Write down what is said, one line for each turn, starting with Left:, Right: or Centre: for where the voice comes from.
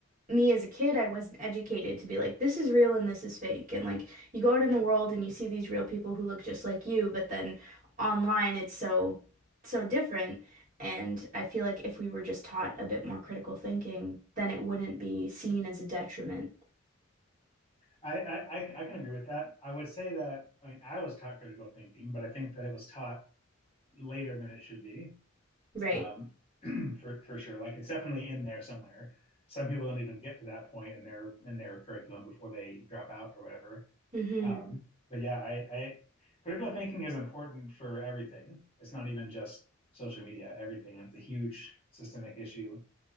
Right: me as a kid, I wasn't educated to be like, this is real and this is fake. And like, you go out in the world and you see these real people who look just like you, but then online it's so, so different. And I feel like if we were just taught a bit more critical thinking, then it wouldn't be seen as a detriment.
Left: I, I- I can agree with that. I would say that I mean I was taught critical thinking, but I think that it was taught later than it should be.
Right: Right.
Left: um, <clears throat> for for sure. Like it's definitely in there somewhere. Some people don't even get to that point in their in their curriculum before they drop out or whatever.
Right: hmm
Left: Um, but yeah, I, I critical thinking is important for everything. It's not even just social media. Everything. It's a huge systemic issue